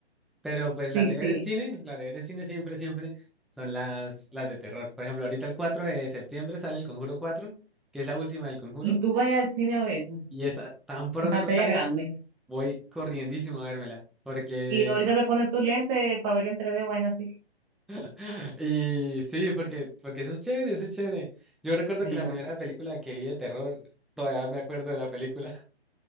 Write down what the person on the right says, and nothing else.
Sí,
sí.
Y tú vas al cine a veces,
en pantalla
grande.
Y ahorita te pones tu lente para ver en 3D o vaina así.
Ay,
no,